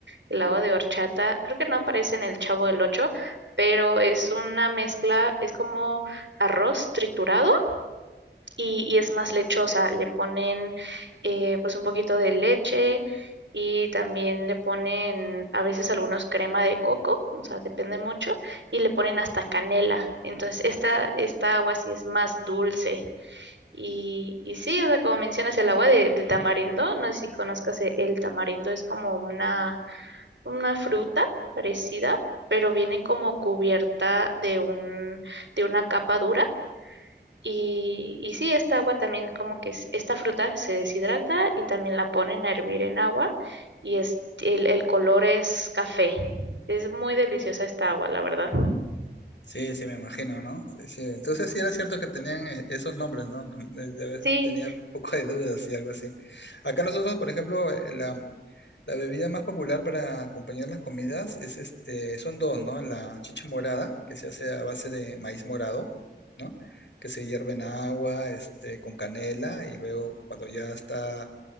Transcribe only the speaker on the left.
Sí, sí, me imagino, ¿no? Sí, sí. Entonces sí era cierto que tenían eh, esos nombres, ¿no? <laughs> De- de
vez- Tenía poco de dudas y algo así. Acá nosotros, por ejemplo, eh, la, la bebida más popular para acompañar las comidas es este, son dos, ¿no? La chicha morada, que se hace a base de maíz morado, ¿no? Que se hierve en agua, este, con canela, y luego cuando ya está